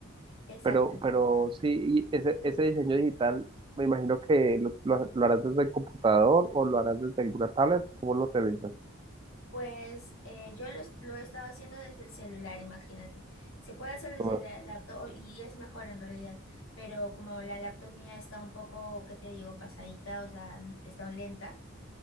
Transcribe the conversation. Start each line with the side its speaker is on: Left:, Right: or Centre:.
Left: Exacto.
Right: Pero, pero sí, y ese, ese diseño digital, me imagino que lo, lo- lo harás desde el computador o lo harás desde alguna tablet, ¿cómo lo realizas?
Left: Pues eh, yo lo, es- lo he estado haciendo desde el celular, imagínate. Se puede hacer desde
Right: No,
Left: la laptop y es mejor en realidad, pero como la laptop mía está un poco, ¿qué te digo?, pasadita, o sea, n- está lenta,